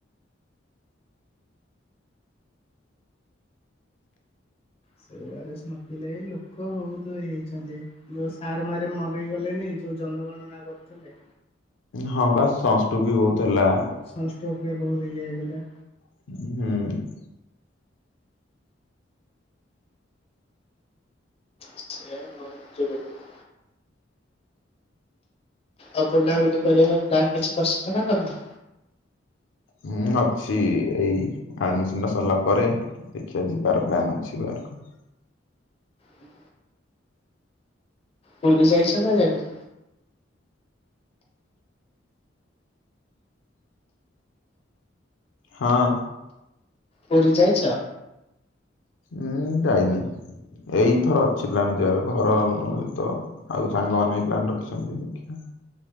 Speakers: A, on the left (about 30°); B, on the left (about 80°).
A: <unintelligible> ଲୋକ ବହୁତ ହେଇଯାଇଛନ୍ତି ଯୋଉ ସାର୍ ମାର ମରିଗଲେଣିି? ଯୋଉଁ ଜନଗଣନାଁ କରୁଥିଲେ?
B: ହଁ ବା ସଷ୍ଟରଙ୍ଗ ବହୁଟୁ ହେଲା।
A: ସଷ୍ଟକୋ <unintelligible> ବହୁତ ହେଇଯାଇଥିଲା।
B: ହୁଁ।
A: <unintelligible> ଆଉ ବୁଲାବୁଲି କରିବାପାଇଁ ପ୍ଲାନ୍ କିଛି କରିଛନ୍ତି ନାଁ ନାହିଁ?
B: ହୁଁ ଅଛି ଏଇ ଆଡମିସନ ଟା ସରିଲା ପରେ। ଦେଖିବା ଯିବାର ପ୍ଲାନ୍ ଅଛି ବାହାରକୁ।
A: ହୁଁ ପୁରୀ ଯାଇଚ ନା ଯାଇନ?
B: ହଁ।
A: ପୁରୀ ଯାଇଚ?
B: ଉୁଁ ଯାଇନି ଏଇଥର ଅଛି ପ୍ଲାନ ଯିବାର ଘର ଲୋକଙ୍କ ସହିତ। ଆଉ ସାଙ୍ଗମାନେ ପ୍ଲାନ୍ ରଖିଛନ୍ତି ଦେଖିବା।